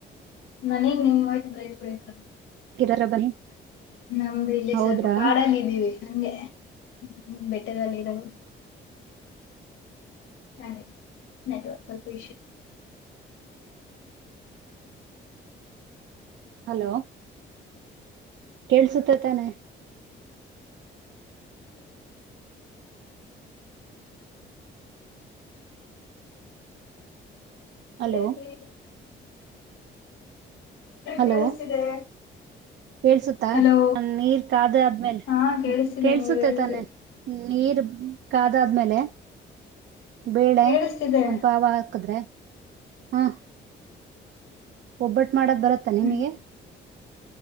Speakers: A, on the left; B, on the right.
A: ನನಗ್ ನಿಮ್ಮ ವಾಯ್ಸ್ ಬ್ರೇಕ್ ಬ್ರೇಕ್ ಆಗ.
B: ಕಿರರ ಬನ್ನಿ
A: ನಮ್ದು ಇಲ್ಲಿ
B: ಹೌದ್ರಾ
A: ಸ್ವಲ್ಪ ಕಾಡಲ್ಲಿದ್ದೀವಿ ಹಂಗೇ. ಹ್ಮ್ ಹ್ಮ್ <inaudible> ಬೆಟ್ಟದಲ್ಲಿ ಇರದು. ತಾನೆ ನೆಟ್ವರ್ಕ್ <inaudible> <unintelligible>
B: ಹಲೋ. ಕೇಳ್ಸುತ್ತೆ
A: ಇಶ್ಯೂ.
B: ತಾನೆ.
A: ಹ್ಮ <inaudible>
B: ಹಲೋ
A: ಹಿ <unintelligible>
B: ಹಲೋ
A: ಕೇಳಿಸ್ತಿದೆ
B: ಕೇಳ್ಸುತ್ತ
A: ಹಲೋ
B: ನೀರ್ ಕಾದ ಆದ್ಮೇಲೆ
A: ಹಾ ಕೇಳಿಸ್ತಿದೆ
B: ಕೇಳ್ಸುತ್ತೆ
A: ನೀವ್ ಹೇಳ್ರಿ
B: ತಾನೆ. ನೀರ್ ಕಾದ ಆದ್ಮೇಲೆ. ಬೇಳೆ
A: ಕೇಳಿಸ್ತಿದೆ
B: ಒಂದ ಪಾವ ಹಾಕದ್ರೆ ಹಾ. ಒಬ್ಬಟ್. ಮಾಡಕ್ ಬರತ್ತಾ ನಿಮಗೆ.
A: ಹ್ಮ್